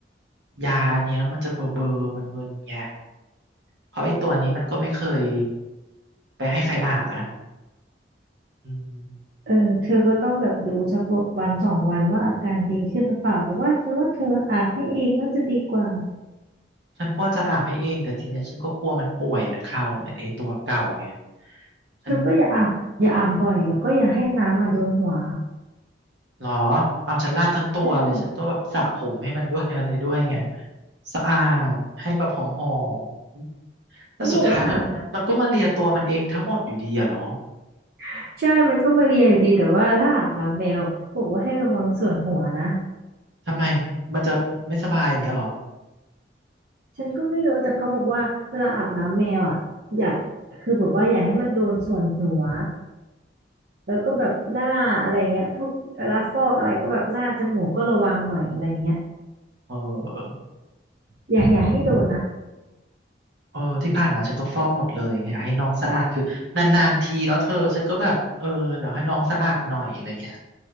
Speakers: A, on the right (about 80°); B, on the right (about 60°).
A: ยาอันเนี้ยแล้วมันจะเบอเบอร์มึนๆไงเพราะไอตัวนี้มันก็ไม่เคยไปให้ใครอาบนะอืม
B: เออเธอก็ต้องแบบดูสักวันสองวันว่าอาการดีขึ้นหรือเปล่าแต่ว่าฉันว่าเธออาบให้เองน่าจะดีกว่า
A: ฉันก็จะอาบให้เองแต่ทีเนี้ยฉันก็กลัวมันป่วยมันเข้าเหมือนไอ้ตัวเก่าไงฉัน
B: เธอก็อย่าอาบอย่าอาบบ่อยแล้วก็อย่าให้น้ำมาโดนหัว
A: หรออ้าวฉันลาดทั้งตัวเลยฉันต้องแบบสระผมให้มันด้วย
B: ใช่
A: <laughs> อะไรด้วยไงสะอาดให้แบบหอมๆแต่สุดท้ายมันมันก็มาเลียตัวมันเองทั้งหมดอยู่ดีอะเนาะ
B: เขาบอกว่าอาบน้ำใช่มันก็มาเลียอยู่ดีแต่ว่าถ้าอาบน้ำแมวเขาบอกว่าให้ระวังส่วนหัวนะ
A: ทำไมมันจะไม่สบายอย่างเงี้ยเหรอ
B: ฉันก็ไม่รู้แต่เขาบอกว่าเวลาอาบน้ำแมวอ่ะอย่าคือแบบว่าอย่าให้มันโดนส่วนหัวแล้วก็แบบหน้าอะไรเงี้ยพวกเวลาฟอกอะไรก็แบบหน้าจมูกก็ระวังหน่อยอะไรเงี้ย
A: เออ
B: อย่าอย่าให้โดนนะ
A: เออที่ผ่านมาฉันก็ฟอกหมดเลยอยากให้น้องสะอาดคือนานๆทีแล้วเธอฉันก็แบบเออเดี๋ยวให้น้องสะอาดหน่อยอะไรเงี้ย